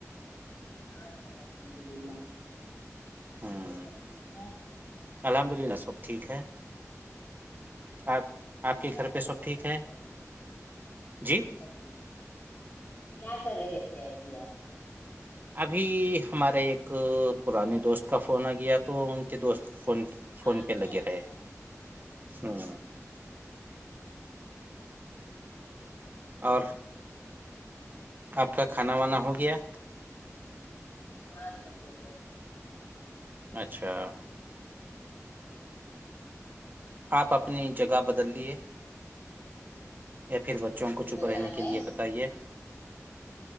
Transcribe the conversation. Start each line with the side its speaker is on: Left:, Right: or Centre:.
Left: ہاں سب الحمد للہ
Right: ہوں
Left: گھر پہ سب ٹھیک ہیں
Right: الحمد للہ سب ٹھیک ہے آپ
Left: اسسے
Right: آپ کے
Left: کیا
Right: گھر
Left: کر
Right: پہ
Left: رہے
Right: سب ٹھیک
Left: تھے
Right: ہے
Left: آپ ابھی ہوں
Right: جی
Left: سب ٹھیک ہے کیا کر رہے تھے ابھی آپ
Right: ابھی ہمارے ایک پرانے دوست کا فون آ گیا تو ان کے دوست فون فون
Left: اچھا
Right: پے لگے
Left: اچھا
Right: رہ ہوں اور
Left: ار
Right: آپ کا کھانا وانا ہو گیا
Left: ہاں سب ہو گیا
Right: اچھا آپ اپنی جگہ بدل لیے یا پھر بچوں کو
Left: بدلنا
Right: چپ رہنے
Left: ہے
Right: کے لیے بتائیے